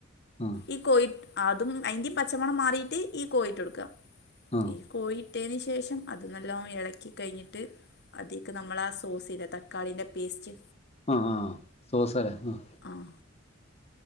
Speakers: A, on the left; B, on the left.
A: ഉം
B: ഈ കോഴി അതും അതിന്റെ ഈ പച്ചമണം മാറിയിട്ട് ഈ കോഴിട്ട് കൊടുക്കുക
A: ആ
B: ഈ കോഴിട്ടതിന് ശേഷം അത് നല്ലോണം ഇളക്കി കഴിഞ്ഞിട്ട് അതിക്ക് നമ്മള് ആ സോസിൻ്റെ തക്കാളിന്റെ paste
A: ah ah സോസയാ ah
B: ah